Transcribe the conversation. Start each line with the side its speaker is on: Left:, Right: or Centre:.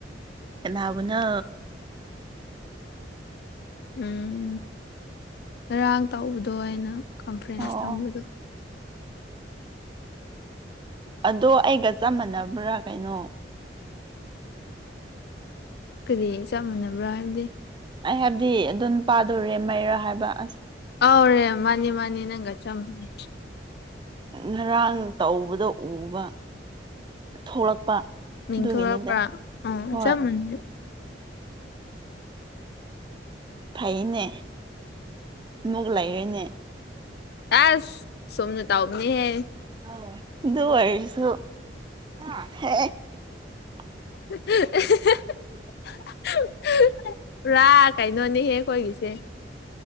Right: ꯀꯥꯅꯕꯨꯅꯣ꯫
Left: ꯎꯝ ꯉꯔꯥꯡ ꯇꯧꯕꯗꯣ ꯑꯩꯅ꯫ ꯀꯝꯐꯔꯦꯟꯁ
Right: ꯑꯣ
Left: ꯊꯝꯕꯗꯨ
Right: ꯑꯗꯣ ꯑꯩꯒ ꯆꯞ ꯃꯥꯟꯅꯕ꯭ꯔꯥ ꯀꯩꯅꯣ
Left: ꯀꯔꯤ ꯆꯞ ꯃꯥꯟꯅꯕ꯭ꯔꯥ ꯍꯥꯏꯕꯗꯤ
Right: ꯑꯩ ꯍꯥꯏꯕꯗꯤ ꯑꯗꯨꯝ ꯄꯥꯗꯣꯔꯦ ꯃꯩꯔꯥ ꯍꯥꯏꯕ ꯑꯁ
Left: ꯑꯥꯎꯔꯦ ꯃꯥꯅꯤ ꯃꯥꯅꯤ ꯅꯪꯒ ꯆꯝꯕꯅꯦ
Right: ꯉꯔꯥꯡ ꯇꯧꯕꯗ ꯎꯕ ꯊꯣꯛꯂꯛꯄ
Left: ꯃꯤꯡꯈꯂꯄ
Right: ꯑꯗꯨꯒꯤꯅꯤꯗ
Left: ꯑ
Right: ꯍꯣꯏ
Left: ꯆꯝꯅꯦ
Right: ꯊꯥꯏꯅꯦ ꯃꯛ ꯂꯥꯏꯑꯣꯏꯅꯦ
Left: ꯇꯁ ꯁꯣꯝꯅ ꯇ ꯑꯣꯅꯤ ꯍꯥꯏꯦ
Right: <inaudible>
Left: <unintelligible> ꯔꯥ ꯀꯩꯅꯣꯅꯤ ꯍꯦꯛ ꯑꯣꯏꯒꯤꯁꯦ